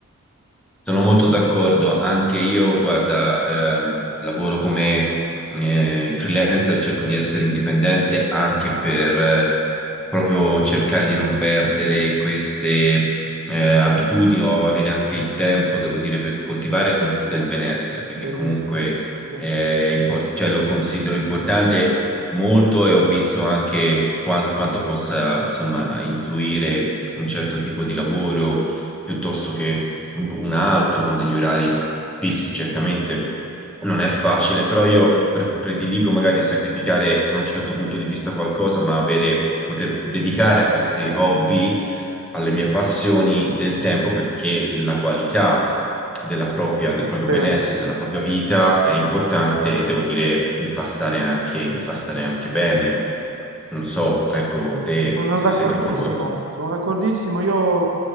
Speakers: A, in the centre; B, on the right.
A: Sono molto d'accordo, anche io, guarda, ehm, lavoro come eh, freelancer, cerco di essere indipendente anche per eh, proprio cercare di non perdere queste eh, abitudini o avere anche il tempo, devo dire, per coltivare un- del benessere, perché
B: Bellissimo,
A: comunque
B: sì,
A: eh, impor- cioè, lo considero importante molto e ho visto anche quan- quanto possa, insomma, influire un certo tipo di lavoro piuttosto che un altro con degli orari fissi, certamente non è facile, però io pre- prediligo magari sacrificare da un certo punto di vista qualcosa, ma avere, poter dedicare a questi hobby, alle mie passioni del tempo, perché la qualità della propria, del proprio
B: vero.
A: benessere, della propria vita è importante e devo dire mi fa stare anche, mi fa stare anche bene. Non so, ecco, te
B: Sono
A: se
B: d'accordissimo,
A: sei d'accordo.
B: sono d'accordissimo. Io